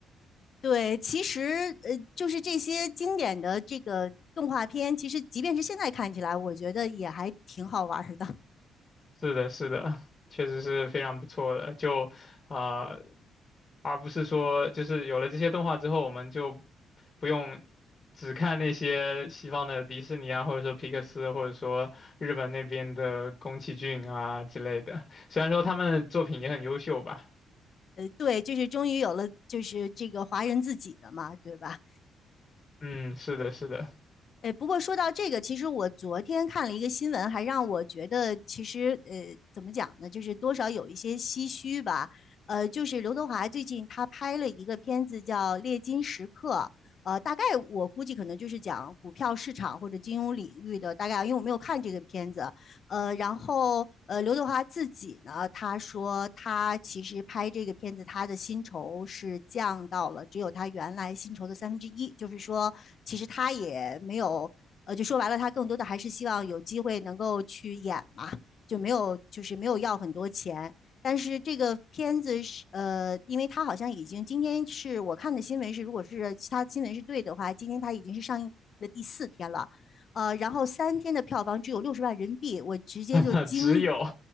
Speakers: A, on the left; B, on the left.
A: 对，其实呃，就是这些经典的这个动画片，其实即便是现在看起来，我觉得也还挺好玩儿的。
B: 是的，是的，确实是非常不错的。就呃，而不是说就是有了这些动画之后，我们就不用只看那些西方的迪士尼啊，或者说皮克斯，或者说日本那边的宫崎骏啊之类的。虽然说他们的作品也很优秀吧。
A: 呃，对，就是终于有了，就是这个华人自己的嘛，对吧？
B: 嗯，是的，是的，
A: 呃，不过说到这个，其实我昨天看了一个新闻，还让我觉得其实呃，怎么讲呢，就是多少有一些唏嘘吧。呃，就是刘德华最近他拍了一个片子叫《猎金时刻》，呃，大概我估计可能就是讲股票市场或者金融领域的，大概因为我没有看这个片子，呃，然后呃，刘德华自己呢，他说他其实拍这个片子，他的薪酬是降到了只有他原来薪酬的三分之一，就是说，其实他也没有，呃，就说白了，他更多的还是希望有机会能够去演嘛，就没有就是没有要很多钱。但是这个片子是呃，因为他好像已经今天是我看的新闻是，如果是其他新闻是对的话，今天他已经是上映的第四天了。呃，然后三天的票房只有六十万人民币，我直接就惊，
B: <laughs> 只有